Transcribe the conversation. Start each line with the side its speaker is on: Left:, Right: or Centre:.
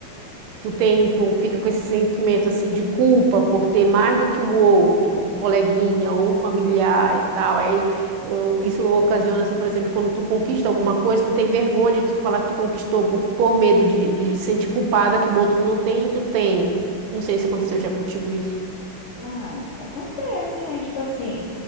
Right: tu tem, tu fica com esse sentimento assim de culpa por ter mais do que o outro, um coleguinha ou um familiar e tal. Aí eu- isso ocasiona, assim, por exemplo, quando tu conquista alguma coisa, tu tem vergonha de tu falar que tu conquistou por, por medo de, de sentir culpada que o outro não tem e tu tem. Não sei se aconteceu já contigo isso.
Left: Ai, acontece, né? Tipo assim,